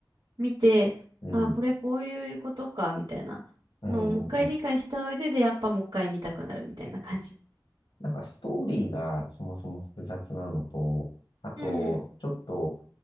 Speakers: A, on the right (about 80°); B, on the left (about 80°).
A: 見て、
B: うん。
A: ああ、これこういうことか、みたいなのをもう一回理解した上で、
B: うんうんうん。
A: で、やっぱもう一回見たくなるみたいな感じ。
B: なんかストーリーがそもそも複雑なのと、あと、
A: うん、
B: ちょっと、